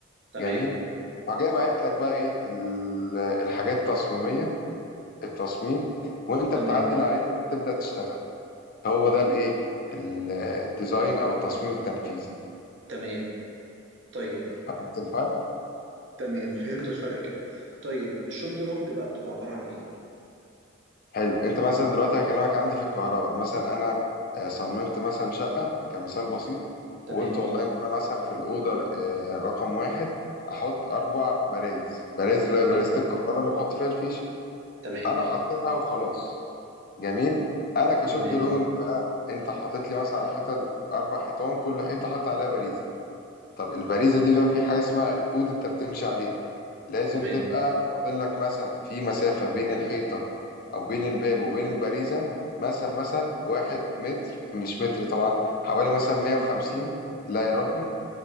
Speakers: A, on the right; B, on the left.
A: تمام
B: جميل وجاي بعت لك بقى إيه ال- الحاجات التصميمية التصميم وأنت
A: تمام
B: بتعدل عليها عشان تبدأ تشتغل هو ده الايه ال- الديزاين او التصميم التنفيذي
A: تمام طيب
B: فهمت الفرق
A: تمام فهمت الفرق كده طيب الشوب درونج بقى بتبقى عباره عن ايه
B: حلو انت مثلا دلوقتي هكلمك عندي في الكهرباء مثلا انا آه، صممت مثلا شقه كمثال بسيط
A: تمام
B: وقلت والله ان انا مثلا في الاوضه آه، رقم واحد احط اربع برايز برايز اللي
A: تمام
B: هي بارزه الكهرباء اللي بحط فيها الفيش
A: تمام
B: انا حطيتها وخلاص جميل انا كشوب
A: تمام
B: دروينج بقى انت حاطط لي مثلا على حيطه اربع حيطان كل حيطه حاطط عليها باريزه طب الباريزه دي بقى في حاجه اسمها الكود انت بتمشي عليه لازم
A: تمام
B: تبقى فاضل لك مثلا في مسافة بين الحيطة أو بين الباب وبين البريزة مثلا مثلا واحد متر مش متر طبعا حوالي مثلا 150 لا يا ربي